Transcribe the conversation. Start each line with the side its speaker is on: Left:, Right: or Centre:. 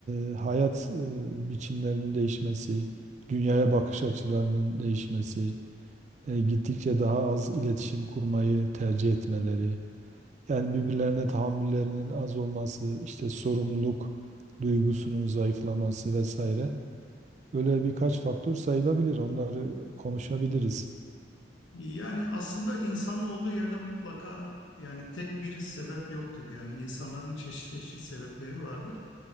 Right: eee, hayat eee, biçimlerinin değişmesi, dünyaya bakış açılarının değişmesi, eee, gittikçe daha az iletişim kurmayı tercih etmeleri, yani birbirlerine tahammüllerinin az olması, işte sorumluluk duygusunun zayıflaması vesaire. Böyle birkaç faktör sayılabilir. Onları konuşabiliriz.
Left: Yani aslında insanın olduğu yerde mutlaka yani tek bir sebep yoktur. Yani insanların çeşitli çeşitli sebepleri vardır.